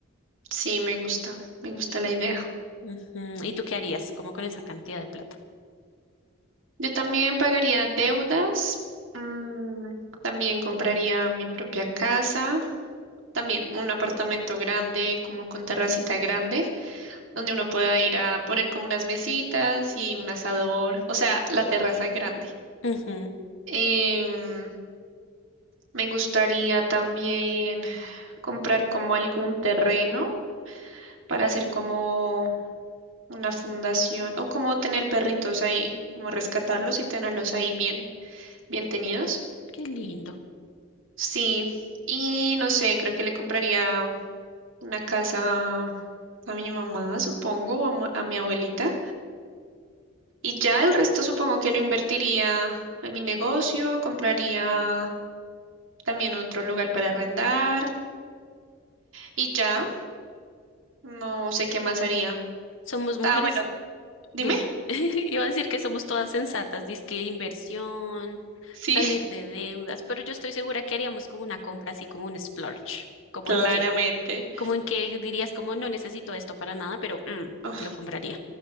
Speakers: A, on the right; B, on the left.
A: Sí, me gusta, me gusta la idea.
B: Ujú. ¿Y tú qué harías? ¿Cómo con esa cantidad de plata?
A: Yo también pagaría deudas, mm, también compraría mi propia casa, también un apartamento grande, como con terracita grande. donde uno pueda ir a poner como unas mesitas y un asador, o sea, la terraza grande.
B: Ujú.
A: Em, me gustaría también comprar como algún terreno para hacer como una fundación o como tener perritos ahí, como rescatarlos y tenerlos ahí bien, bien tenidos.
B: Qué lindo.
A: Sí, y no sé, creo que le compraría una casa a mi mamá, supongo, o a, mu- a mi abuelita. Y ya el resto supongo que lo invertiría en mi negocio, compraría también otro lugar para arrendar y ya no sé qué más haría.
B: Somos mujeres
A: Ah, bueno, dime.
B: Dime, <laughs> iba a decir que somos todas sensatas, dizque inversión,
A: Sí,
B: salir
A: <laughs>
B: de deudas, pero yo estoy segura que haríamos como una compra así como un splurge. ¿Cómo
A: claramente.
B: en qué? ¿Cómo en qué dirías como no necesito esto para nada, pero mm,
A: Oh,
B: lo compraría?